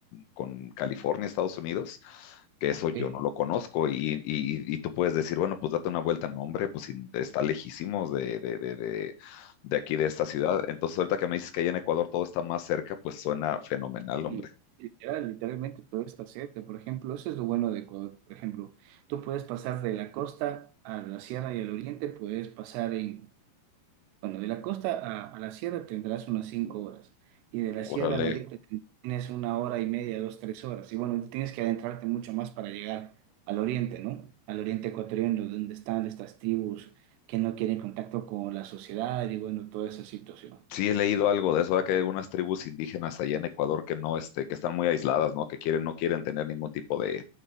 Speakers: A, on the left; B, on the right.
A: con California, Estados Unidos que eso yo
B: eh,
A: no lo conozco y, y, y tú puedes decir, bueno, pues date una vuelta, no hombre, pues sí, está lejísimos de, de, de, de de aquí de esta ciudad. Entonces, ahorita que me dices que allá en Ecuador todo está más cerca, pues suena fenomenal,
B: y
A: hombre.
B: literal, literalmente todo está cerca. Por ejemplo, eso es lo bueno de Ecuador. Por ejemplo, tú puedes pasar de la costa a la sierra y al oriente, puedes pasar en Bueno, de la costa a, a la sierra tendrás unas cinco horas y de la sierra
A: Órale,
B: al oriente ten- tienes una hora y media, dos, tres horas. Y bueno, tienes que adentrarte mucho más para llegar al oriente, ¿no? Al oriente ecuatoriano, donde están estas tribus que no quieren contacto con la sociedad y bueno, toda esa situación.
A: Sí, he leído algo de eso, ¿verdad? que hay algunas tribus indígenas allá en Ecuador que no, este, que están muy aisladas, ¿no? Que quieren, no quieren tener ningún tipo de,